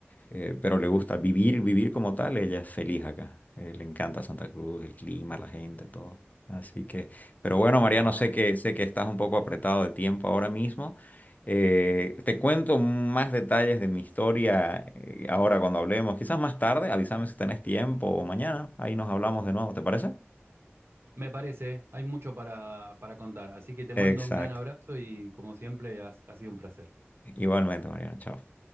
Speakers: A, on the left; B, on the right.
A: eh, pero le gusta vivir, vivir como tal, ella es feliz acá. Eh, le encanta Santa Cruz, el clima, la gente, todo. Así que, pero bueno, Mariano,
B: Wow.
A: sé que, sé que estás un poco apretado de tiempo ahora mismo. Eh, te cuento más detalles de mi historia eh, ahora cuando hablemos, quizás más tarde, avísame si tenés tiempo o mañana, ahí nos hablamos de nuevo, ¿te parece?
B: Me parece, hay mucho para, para contar. Así que te
A: Exacto.
B: mando un gran abrazo y como siempre ha ha sido un placer.
A: Igualmente, Mariano, chao.